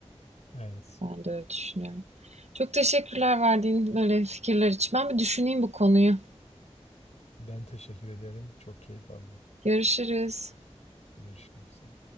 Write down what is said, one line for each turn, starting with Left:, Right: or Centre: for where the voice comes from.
Left: Evet.
Right: Ben de öyle düşünüyorum. Çok teşekkürler verdiğin böyle fikirler için. Ben bir düşüneyim bu konuyu.
Left: Ben teşekkür ederim. Çok keyif aldım.
Right: Görüşürüz.
Left: Görüşmek üzere.